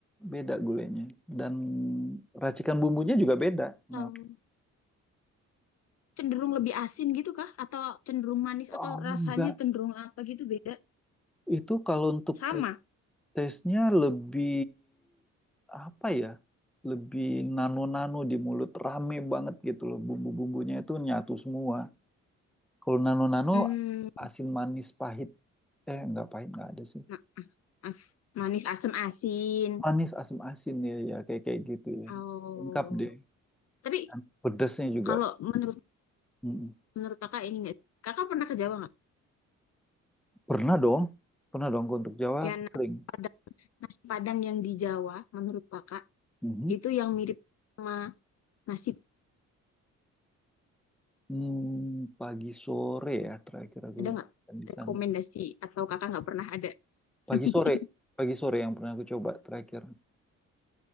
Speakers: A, in the centre; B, on the left.
A: beda gulainya, dan racikan bumbunya juga beda.
B: tahu.
A: Nah,
B: cenderung lebih asin gitu kah? Atau cenderung manis atau
A: oh
B: rasanya
A: enggak,
B: cenderung apa gitu beda?
A: itu kalau untuk
B: Sama.
A: tes Tesnya lebih apa ya? Lebih nano-nano di mulut, rame banget gitu loh. Bumbu-bumbunya itu nyatu semua. Kalau nano-nano
B: Hmm,
A: asin manis pahit. Eh, nggak pahit nggak ada sih.
B: nah, as- manis, asam, asin.
A: Manis asin-asin ya, ya kayak kayak gitu ya.
B: Oh,
A: Lengkap deh.
B: tapi
A: Dan Pedesnya juga.
B: kalau menurut
A: Mm.
B: menurut kakak ini nggak, kakak pernah ke Jawa nggak?
A: Pernah dong, pernah dong ke untuk Jawa
B: Ya
A: aku
B: nasi
A: sering.
B: padang, nasi padang yang di Jawa, menurut kakak
A: Mhm.
B: itu yang mirip sama nasi
A: Hmm, pagi sore ya terakhir aku
B: ada nggak?
A: makan di
B: Rekomendasi
A: sana.
B: atau kakak nggak pernah ada <laughs>
A: Pagi
B: nemuin?
A: sore, pagi sore yang pernah aku coba terakhir.